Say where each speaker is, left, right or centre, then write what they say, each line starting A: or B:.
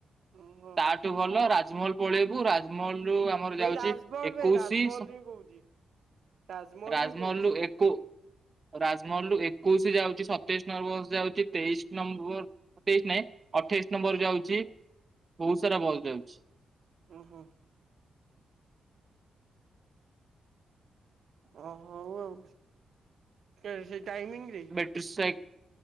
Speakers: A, on the right (about 65°); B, on the right (about 30°).
A: ଓହୋ
B: ତା ଠୁ ଭଲ ରାଜମହଲ ପଳେଇବୁ ରାଜମହଲ ରୁ
A: ସେଇ
B: ଯାଉଚି
A: ରାଜମହଲ
B: ଏକୋଇଶି
A: ବେ ରାଜମହଲ
B: ସ
A: ହିଁ କହୁଛି। ତାଜମହଲ
B: ରାଜମହଲରୁ
A: ହିଁ କହୁଛି
B: ଏ କୋ ରାଜମହଲରୁ ଏକୋଇଶି ଯାଉଚି ସତେଇଶ ନମ୍ବର ଯାଉଚି ତେଇଶି ନମ୍ବର ସେତେଇଶି ନାଇଁ ଅଠେଇଶ ନମ୍ବର ଯାଉଚି ବୋହୁତ ସାରା ବସ୍ ଯାଉଚି।
A: ଓ ହୋ। ଓ ହୋଉ ଆଉ। ସେ ସେ ଟାଇମିଙ୍ଗ ରେ
B: ବେଟ୍ରି ସାଇ